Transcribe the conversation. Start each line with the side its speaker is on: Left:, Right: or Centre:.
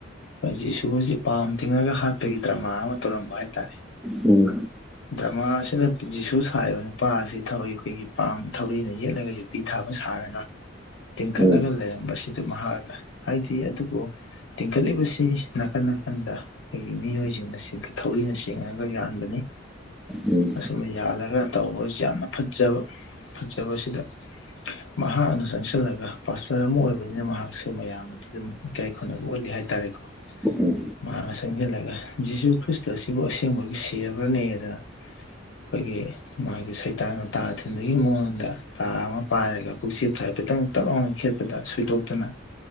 Left: ꯑꯩꯈꯣꯏꯁꯦ ꯁꯣꯔꯁꯤ ꯄꯥꯝ ꯇꯤꯡꯉꯒ ꯍꯥꯠꯄꯒꯤ ꯗ꯭ꯔꯃꯥ ꯑꯃ ꯇꯧꯔꯝꯕ ꯍꯥꯏꯇꯥꯔꯦ
Centre: ꯎꯝ
Left: ꯗ꯭ꯔꯃꯥꯁꯤꯅ ꯖꯤꯁꯨ ꯁꯥꯔꯤꯕ ꯅꯨꯄꯥ ꯑꯁꯤ ꯊꯏ ꯑꯩꯈꯣꯏꯒꯤ ꯊꯧꯔꯤꯅ ꯌꯦꯠꯂꯒꯁꯨ ꯄꯤ ꯊꯥꯕ ꯁꯥꯔꯒ ꯇꯤꯡꯈꯠꯂꯒ
Centre: ꯎꯝ
Left: ꯂꯩꯔꯝꯕꯁꯤꯗ ꯃꯍꯥꯛꯅ ꯍꯥꯏꯗꯤ ꯑꯗꯨꯕꯨ ꯇꯤꯡꯈꯠꯂꯤꯕꯁꯤ ꯅꯥꯀꯟ ꯅꯥꯀꯟꯗ ꯑꯩꯈꯣꯏꯒꯤ ꯃꯤꯑꯣꯏꯁꯤꯡꯅ ꯊꯧꯔꯤꯅ ꯁꯦꯡꯉꯒ ꯌꯥꯥꯟꯕꯅꯤ
Centre: ꯎꯝ
Left: ꯑꯁꯨꯝ ꯌꯥꯜꯂꯒ ꯇꯧꯕꯁꯨ ꯌꯥꯝꯅ ꯐꯖꯕ ꯐꯖꯕꯁꯤꯗ ꯃꯍꯥꯛꯅ ꯆꯪꯁꯤꯜꯂꯒ ꯄꯥꯁꯇꯔ ꯑꯃ ꯑꯣꯏꯕꯅꯤꯅ ꯃꯍꯥꯛꯁꯨ ꯃꯌꯥꯝ ꯑꯃꯗꯤ ꯑꯗꯨꯝ ꯏꯀꯥꯏ ꯈꯨꯝꯅꯕ ꯎꯠꯜꯂꯤ ꯍꯥꯏ ꯍꯥꯏꯇꯥꯔꯦꯀꯣ
Centre: ꯎꯝ ꯎꯝ
Left: ꯃꯥꯅ ꯆꯪꯁꯤꯜꯂꯒ ꯖꯤꯁꯨ ꯈ꯭ꯔꯤꯁꯇ ꯑꯁꯤꯕꯨ ꯑꯁꯦꯡꯕꯒꯤ ꯁꯤꯕ꯭ꯔꯅꯦ ꯑꯗꯨꯅ ꯑꯩꯈꯣꯏꯒꯤ ꯃꯥꯒꯤ ꯁꯩꯇꯥꯅ ꯇꯥ ꯊꯤꯟꯕꯒꯤ ꯃꯑꯣꯡꯗ ꯇꯥ ꯑꯃ ꯄꯥꯏꯔꯒ ꯄꯨꯛꯆꯦꯞꯇ ꯍꯥꯏ ꯈꯤꯇꯪ ꯇꯞ ꯂꯥꯎꯅꯒ ꯈꯦꯠꯄꯗ ꯁꯣꯏꯗꯣꯛꯇꯨꯅ